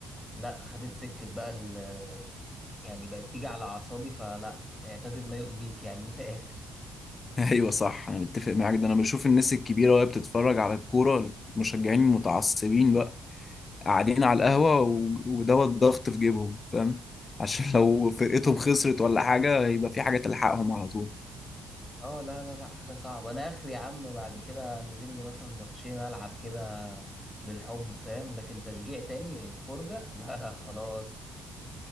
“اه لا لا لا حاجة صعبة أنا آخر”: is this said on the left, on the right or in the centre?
Centre